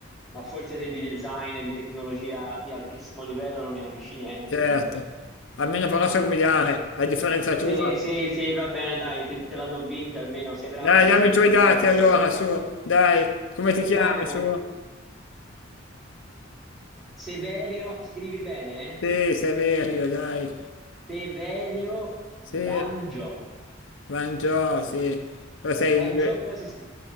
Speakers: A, in the centre; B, on the left.
A: Ma forse te di design e di tecnologia di altissimo livello non ne capisci niente,
B: Certo,
A: quindi vabbè.
B: almeno però so guidare,
A: Ah, fa-
B: a differenza tua.
A: Sì, sì, sì, va bene, dai, ti- te la do vinta almeno, sei bravo
B: Dai,
A: solo
B: dammi
A: te,
B: i tuoi
A: guidi
B: dati
A: bene
B: allora,
A: solo te.
B: su, dai, come
A: Io mi
B: ti chiami,
A: chiamo
B: su?
A: Severio, scrivi bene, eh?
B: Sì, Severio, dai.
A: Severio
B: Sì,
A: Dangio.
B: Banjo, sì. Ma sei
A: Dangio
B: in...
A: però si scrive...